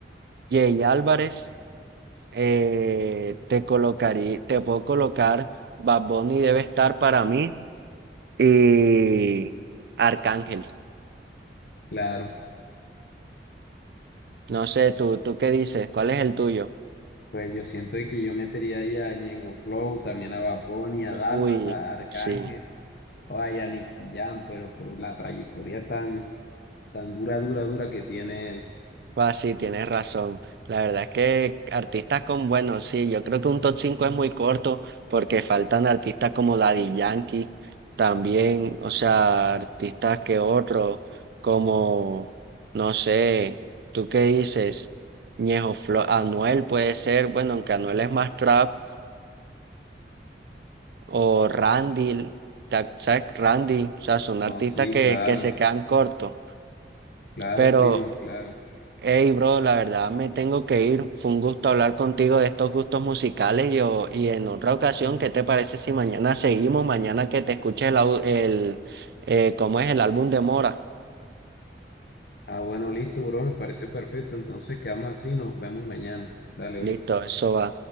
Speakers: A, on the right; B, on the left.
A: Jay Álvarez, eh, te colocaría, te puedo colocar Bad Bunny debe estar para mí y Arcángel.
B: claro.
A: No sé, tú, tú qué dices, ¿cuál es el tuyo?
B: Pues yo siento que yo metería ahí a Ñengo Flow, también a Bad Bunny, a
A: Uy,
B: Dálmata, a Arcángel,
A: sí,
B: o a Nicky Jam, pero por la trayectoria tan, tan dura, dura, dura que tiene él.
A: pues sí, tienes razón. La verdad es que artistas con buenos, sí, yo creo que un top 5 es muy corto porque faltan artistas como Daddy Yankee, también, o sea, artistas que otros, como, no sé, ¿tú qué dices? Ñejo Flow, Anuel puede ser, bueno, aunque Anuel es más trap, o Randy, ta- ¿sabes? Randy, o sea, son artistas
B: No, sí,
A: que,
B: claro,
A: que se quedan cortos,
B: claro,
A: pero...
B: primo, claro.
A: Hey, bro, la verdad me tengo que ir. Fue un gusto hablar contigo de estos gustos musicales y, o- y en otra ocasión, ¿qué te parece si mañana seguimos? Mañana que te escuches el, au- el eh, ¿cómo es el álbum de Mora?
B: Ah, bueno, listo, bro, me parece perfecto. Entonces quedamos así, nos vemos mañana. Dale, bro.
A: Listo, eso va.